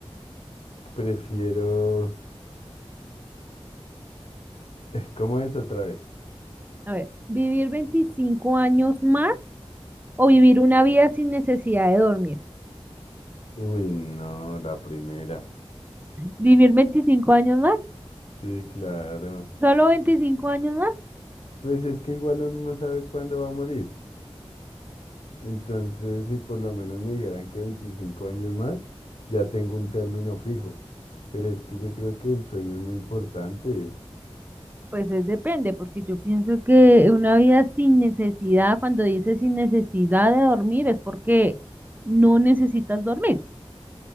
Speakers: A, on the left (about 70°); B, on the right (about 15°).
A: prefiero. ¿Cómo es otra vez?
B: A ver, ¿vivir 25 años más o vivir una vida sin necesidad de dormir?
A: Uy, no, la primera.
B: ¿Vivir 25 años más?
A: Sí, claro.
B: ¿Solo 25 años más?
A: Pues es que igual uno no sabe cuándo va a morir. Entonces, si por lo menos me dijeran que 25 años más, ya tengo un término fijo. Pero es que yo creo que el sueño es muy importante.
B: Pues es depende, porque yo pienso que una vida sin necesidad, cuando dices sin necesidad de dormir, es porque no necesitas dormir.